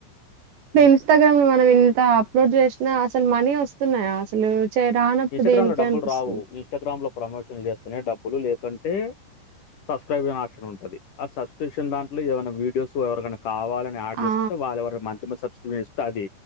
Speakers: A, on the left; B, on the right.
A: హ్మ్.
B: ఇ ఇన్స్టాగ్రామ్ లో మనం ఇంత అప్లోడ్ చేసినా అసలు మనీ వస్తున్నాయా అసలు చే రానప్పుడు
A: ఇన్స్టా్రామ్
B: దేనికి
A: లో డబ్బులు
B: అనిపిస్తుంది.
A: రావు ఇన్స్టాగ్రామ్ లో ప్రమోషన్లు చేస్తేనే డబ్బులు లేకుం టే సబ్స్క్రిబ్షన్ ఆప్షన్ అనే ఉంటది ఆ సబ్స్క్రిప్షన్ బ్యాంట్ లో ఏమైనా వీడియోస్ ఎవరికన్న కావాలని యాడ్ చేసుకుంటే
B: ఆ!
A: వాళ్ళ ఎవరన్న మంత్ మ సబ్స్క్రిషన్ చేేసుకుంటే అది